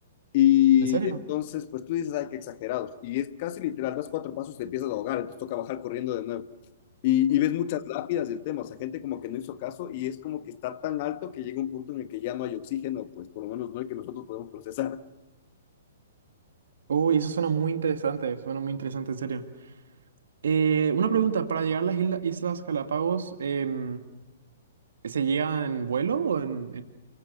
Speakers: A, on the left; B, on the right.
A: Y
B: ¿En serio?
A: entonces, pues tú dices, ay, qué exagerados. Y es casi literal, das cuatro pasos, y te empiezas a ahogar, entonces toca bajar corriendo de nuevo. Y, y ves muchas lápidas del tema, o sea, gente como que no hizo caso y es como que está tan alto que llega un punto en el que ya no hay oxígeno, pues por lo menos no hay que nosotros podemos procesar.
B: Uy, eso suena muy interesante, suena muy interesante, en serio. Eh, una pregunta, para llegar a las isla- Islas Galápagos, em, ¿se llega en vuelo o en,